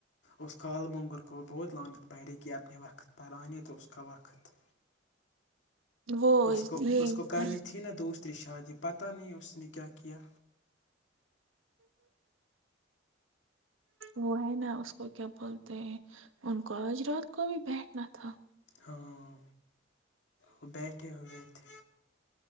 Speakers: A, on the left; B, on the right.
A: اس کال موننگر کو بہت لانت پڑڑے گی اپنے وقت پر آنے دو اس کا وقت
B: وہ
A: اس
B: یہ
A: کو اس کو کرنی تھی نا دوسری شادی پتہ نہیں اس نے کیا کیا
B: وہ ہے نا اس کو کیا بولتے ہیں ان کوالج رات کو بھی بیٹھنا تھا
A: ہاں وہ بیٹھے ہو گئے تھے